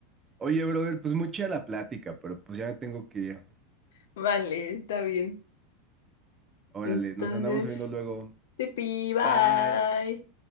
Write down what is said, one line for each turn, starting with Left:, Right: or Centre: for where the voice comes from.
Right: Oye, brother, pues mucha la plática, pero pues ya me tengo que ir.
Left: <laughs> Vale, está bien.
Right: Órale,
Left: Entonces,
Right: nos andamos viendo luego.
Left: tipi, bye.
Right: Bye.